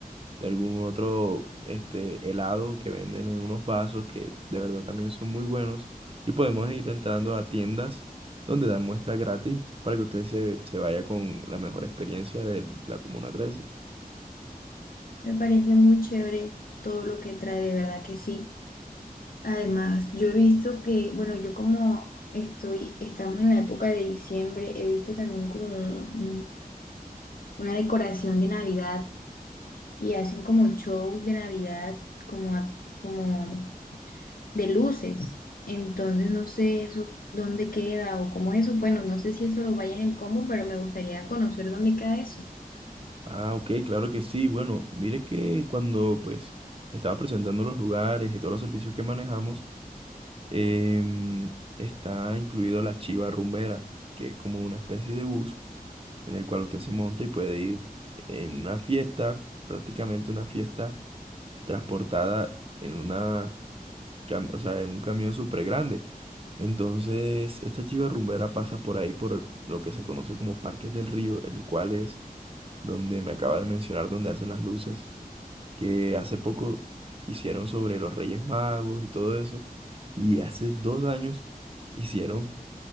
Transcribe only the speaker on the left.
Me parece muy chévere todo lo que trae, de verdad que sí. Además, yo he visto que, bueno, yo como estoy, estamos en la época de diciembre, he visto también como un- un- una decoración de Navidad y hacen como show de Navidad, como, a- como de luces. Entonces no sé eso dónde queda o cómo es eso. Bueno, no sé si eso lo vaya en el combo, pero me gustaría conocer dónde queda eso.